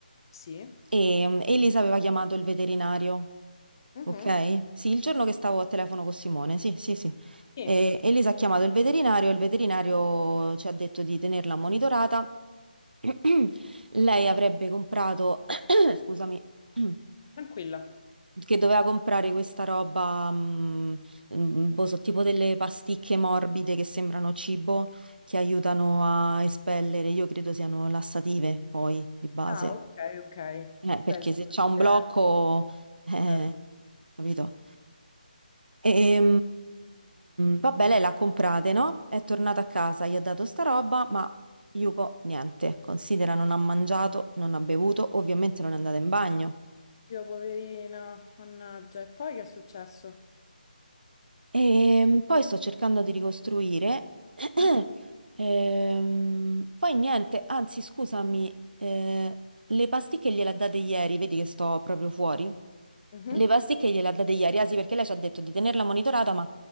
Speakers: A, on the left; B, on the right.
A: Sì.
B: e mm, Elisa aveva chiamato il veterinario,
A: Mhm.
B: ok? Sì, il giorno che stavo a telefono con Simone, sì, sì, sì.
A: Sì,
B: E Elisa ha chiamato il veterinario e il veterinario ci ha detto di tenerla monitorata. <clears throat> Lei avrebbe comprato, <clears throat> scusami. <clears throat>
A: tranquilla.
B: che doveva comprare questa roba, mm, mm, mm, boh, so, tipo delle pasticche morbide che sembrano cibo, che aiutano a espellere, io credo siano lassative poi di base,
A: Ah, ok, ok.
B: Eh, perché
A: Beh, sì,
B: se
A: potrebbe
B: c'è un blocco, eh,
A: essere.
B: capito? E, vabbè, lei l'ha comprate, no? È tornata a casa, gli ha dato sta roba, ma Yuko niente, considera non ha mangiato, non ha bevuto, ovviamente non è andata in bagno.
A: Dio, poverina, mannaggia. E poi che è successo?
B: E poi sto cercando di ricostruire. <clears throat>
A: Mhm,
B: Ehm, poi niente, anzi, scusami, eh, le pasticche gliele ha date ieri, vedi che sto proprio fuori.
A: mhm,
B: Le pasticche gliele ha date ieri, ah sì, perché lei ci ha detto di tenerla monitorata, ma